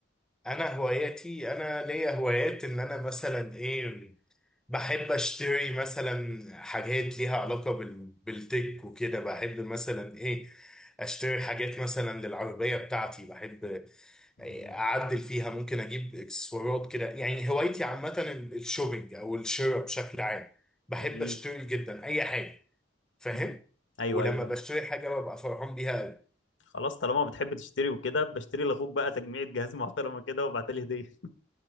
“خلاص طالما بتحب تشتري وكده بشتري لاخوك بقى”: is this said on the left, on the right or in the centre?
Left